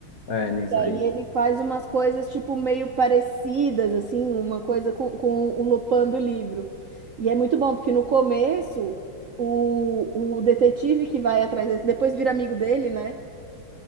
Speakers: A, on the left; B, on the right.
A: É, nisso
B: E
A: aí.
B: aí ele faz umas coisas, tipo, meio parecidas, assim, uma coisa com, com o Lupin do livro. E é muito bom, porque no começo, o, o detetive que vai atrás dele, que depois vira amigo dele, né?